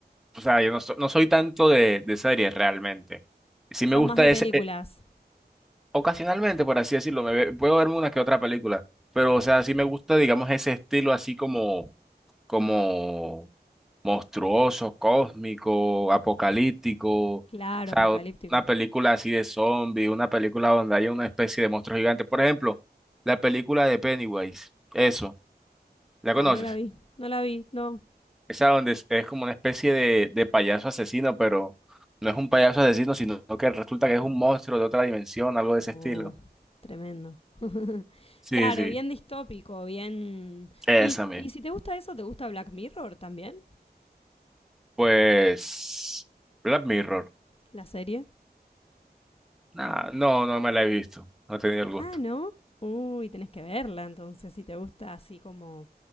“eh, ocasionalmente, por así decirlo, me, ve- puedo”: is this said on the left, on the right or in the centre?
Centre